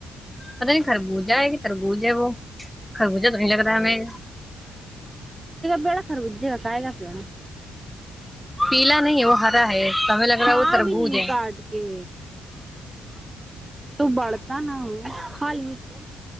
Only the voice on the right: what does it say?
بیڑا خر گ جے گا کاائے گا پان
کھا
بھی ن
کاٹ کے تو بڑ <unintelligible>